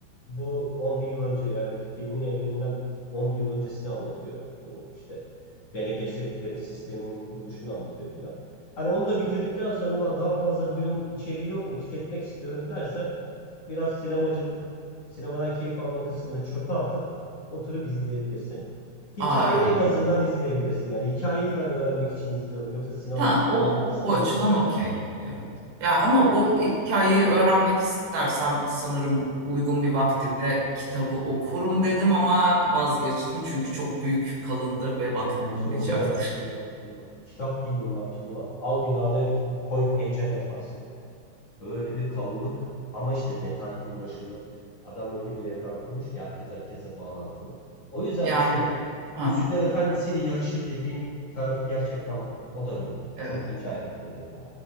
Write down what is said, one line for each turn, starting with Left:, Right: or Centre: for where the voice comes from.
Left: Bu 10 bin yıl önce yani filmin evreninden 10 bin yıl öncesini anlatıyor. Bu işte Bene Gesseritlerin sisteminin kuruluşunu anlatıyor filan. Hani onu da bitirdikten sonra ulan daha fazla Dune içeriği yok mu tüketmek istiyorum dersen biraz sinemacılık, sinemadan keyif alma kısmını çöpe atıp oturup izleyebilirsin. Hikayeyi
Right: Aa yok.
Left: en azından izleyebilirsin. Yani hikayeyi ben öğrenmek için izliyorum yoksa sinemacılık,
Right: Ha, o
Left: oyunculuk istemiyorum
Right: o açıdan
Left: dersen
Right: okey. Evet. Ya ama
Left: o
Right: o hikayeyi öğrenmek istersem sanırım uygun bir vaktimde kitabı okurum dedim ama vazgeçtim çünkü çok büyük kalındır ve vaktim olmayacaktır.
Left: Tuğla ya tuğla tuğla. Kitap değil onlar tuğla. Al binana koy pencere yaparsın. Öyle bir kalınlık ama işte detay uğraşılı. Adam öyle bir evren kurmuş ki herkes herkese bağlantılı. O yüzden
Right: Yani
Left: işte
Right: ha
Left: Yüzükler Efendisi ile yarışır dediğim tarafı gerçekten bu. O da öyle.
Right: evet.
Left: Çok ince ayrıntılı detay.